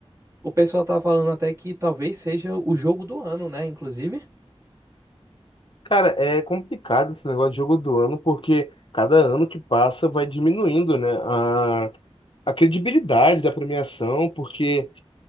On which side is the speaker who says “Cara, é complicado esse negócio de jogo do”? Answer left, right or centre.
Left